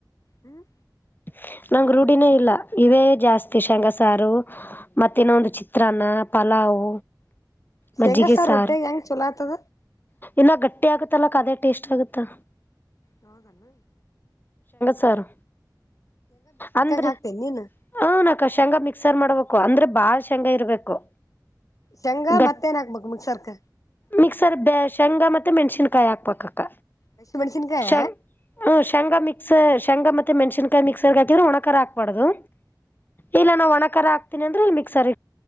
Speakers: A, on the left; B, on the left.
A: ಹ್ಮ್
B: <unintelligible> ನಂ್ ರೂಢಿನೇ ಇಲ್ಲ ಇವೇ ಜಾಸ್ತಿ ಶೇಂಗಸಾರು ಮತ್ತೇನ ಒಂದು ಚಿತ್ರಾನ್ನ ಪಲಾವ್
A: ಶೇಂಗಾ
B: ಮಜ್ಜಿಗೆ ಸಾರ್
A: ರೊಟ್ಟ್ಯಾಗ ಹೆಂಗ್ ಚಲೋ ಆತದ
B: ಇಲ್ಲ ಗಟ್ಟಿ ಆಗುತ್ತೆ ಲಕ್ ಅದೇ ಟೇಸ್ಟ್ ಆಗುತ್ತಾ
A: ಹೌದಲ್ಲ
B: ಸಾರು ಅಂದ್ರೆ
A: ಹಾಕ್ತೇನಿ ನೀನು
B: ಹ ನಕಷಂಗ ಮಿಕ್ಸರ್ ಮಾಡ್ಬೇಕು ಅಂದ್ರೆ ಬಾಳ್ ಶಂಗ ಇರ್ಬೇಕು
A: ಶೇಂಗಾ
B: ಗ
A: ಮತ್ತೇನ್
B: <unintelligible>
A: ಹಾಕ್ಬೇಕು ಮಿಕ್ಸರ್ಕ
B: ಮಿಕ್ಸರ್ ಶೇಂಗ ಮ ಮೆಣಸಿನ್ಕಾಯಿ ಹಾಕ್ಬೇಕಕ್ಕ
A: ಹಸಿ ಮೆಣಸಿನ್ಕಾಯ
B: ಹ ಶೇಂಗಾ ಮಿಕ್ಸ್ ಶೇಂಗಾ ಮೆ ಮೆಣಸನ್ಕಾಯಿ ಮಿಕ್ಸರ್ ಹಕಿದ್ರೆ ಒಣಕರ ಹಕ್ಬಾರುದು ಇಲ್ಲ ನಾವು ಒಣಕ ಹಾತೀನಿ ಅಂದೆ ಇಲ್ಲಿ ಮಿಕ್ಸರ್